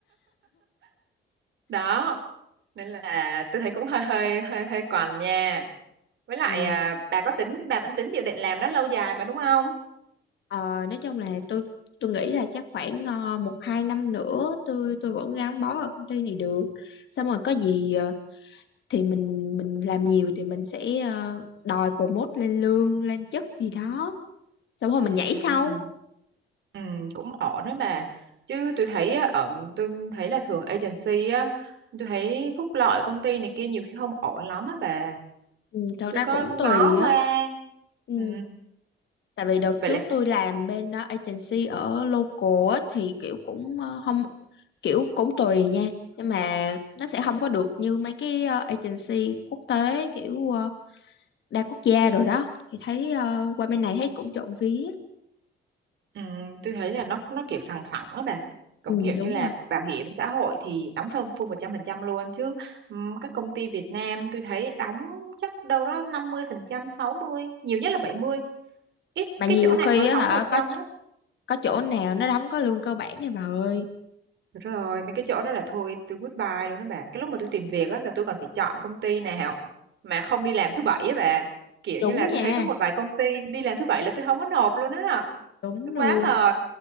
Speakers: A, on the right; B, on the left.
A: đó nên là tôi thấy cũng hơi hơi hơi hơi còn nha với lại
B: Ừ.
A: à, bà có tính bà vẫn tính dự định làm đó lâu dài mà đúng không
B: Ờ, nói chung là tôi tôi nghĩ là chắc khoảng ờ, một hai năm nữa tôi tôi vẫn gắn bó ở công ty này được. Xong rồi có gì ờ, thì mình mình làm nhiều thì mình sẽ ờ, đòi promote lên lương lên chức gì đó. Xong rồi mình
A: ừ
B: nhảy sau.
A: ừ cũng ổn đó bà chứ tôi thấy á, ở tôi thấy là thường agency á tôi thấy phúc lợi công ty này kia nhiều khi không ổn lắm á bà
B: Ừ, thật
A: tôi
B: ra
A: có
B: cũng
A: ngó
B: tùy
A: qua
B: á. Ừ,
A: ừ
B: tại vì đợt
A: vậy
B: trước
A: là
B: tôi làm bên ờ, agency ở local á, thì kiểu cũng ờ, không kiểu cũng tùy nha nhưng mà nó sẽ không có được như mấy cái ờ, agency quốc tế kiểu ờ, đa quốc gia rồi đó thì thấy ờ, qua bên này thấy cũng trộm vía
A: Ừ, tôi thấy là nó nó kiểu sòng phẳng á bà cũng
B: ừ,
A: kiểu như
B: đúng
A: là
B: rồi
A: bảo hiểm xã hội thì đóng full full một trăm phần trăm luôn chứ ừm, các công ty Việt Nam tôi thấy đóng chắc đâu đó năm mươi phần trăm sáu mươi nhiều nhất là bảy mươi ít
B: mà
A: cái
B: nhiều
A: chỗ nào
B: khi
A: mà nó
B: á
A: đóng
B: hả
A: một
B: có
A: trăm lắm
B: có chỗ nào nó đóng có lương cơ bản nha bà ơi
A: rồi mấy cái chỗ đó là thôi tôi goodbye luôn đó bà cái lúc mà tôi tìm việc á là tôi còn phải chọn công ty nào mà không đi làm thứ bảy á bà kiểu
B: đúng
A: như là tôi
B: nha
A: thấy có một vài công ty đi làm thứ bảy là tôi không có nộp luôn á
B: đúng
A: tôi quá
B: luôn
A: mệt